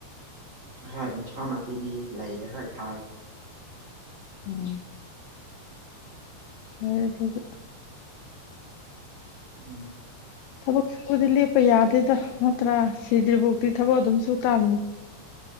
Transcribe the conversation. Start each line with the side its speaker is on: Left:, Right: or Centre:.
Right: ꯍꯥꯏ ꯏꯟꯁꯥꯡ ꯅꯥꯄꯤꯗꯤ ꯂꯩꯌꯦ ꯍꯥꯏ ꯊꯥꯏ
Left: ꯎꯝ ꯐꯔꯦ ꯐꯖꯨ
Right: ꯎꯝ
Left: ꯊꯕꯛ ꯁꯨꯕꯗꯤ ꯂꯦꯞꯄ ꯌꯥꯗꯦꯗꯥ ꯅꯠꯇ꯭ꯔꯥ ꯁꯤꯗ꯭ꯔꯤꯕꯧꯗꯤ ꯊꯕꯛ ꯑꯗꯨꯝ ꯁꯨꯨꯇꯥꯝꯅꯤ